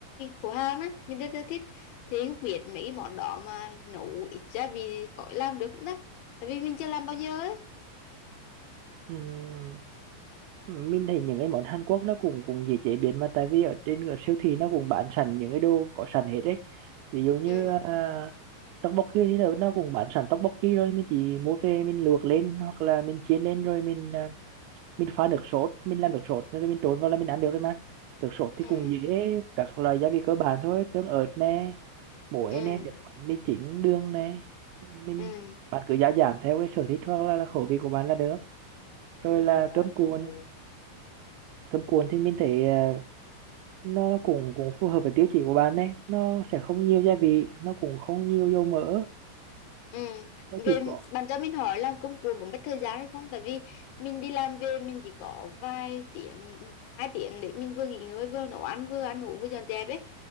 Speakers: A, on the left; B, on the right.
A: của Hàn á, mình rất là thích. Thì không biết mấy cái món đó mà nấu ít gia vị có làm được không đó? Tại vì mình chưa làm bao giờ ấy.
B: Ừm, mình thấy những cái món Hàn Quốc nó cũng cũng dễ chế biến mà tại vì ở trên cái siêu thị nó cũng bán sẵn những cái đồ có sẵn hết đấy ví dụ như
A: Ừ,
B: à, tteokbokki thì nó nó cũng bán sẵn tteokbokki rồi mình chỉ mua về mình luộc lên hoặc là mình chiên lên rồi mình à, mình pha nước sốt mình làm nước sốt rồi mình trộn vào là mình ăn được rồi mà nước sốt thì
A: ừ,
B: cũng dễ các loại gia vị cơ bản thôi tương ớt nè muối
A: ừ,
B: nè nước mắm mì chính đường nè mình
A: ừ,
B: bạn cứ gia giảm theo cái sở thích hoặc là, là khẩu vị của bạn là được rồi
A: ừ.
B: là cơm cuộn cơm cuộn thì mình thấy ờ, nó nó cũng cũng phù hợp với tiêu chí của bạn đấy nó sẽ không nhiều gia vị nó cũng không nhiều dầu mỡ
A: Ừ.
B: nó chỉ
A: Về
B: có
A: bạn cho mình hỏi làm công cuồng cũng mất thời gian hay không? Tại vì mình đi làm về mình chỉ có vài tiếng, hai tiếng để mình vừa nghỉ ngơi vừa nấu ăn vừa ăn uống vừa dọn dẹp ấy.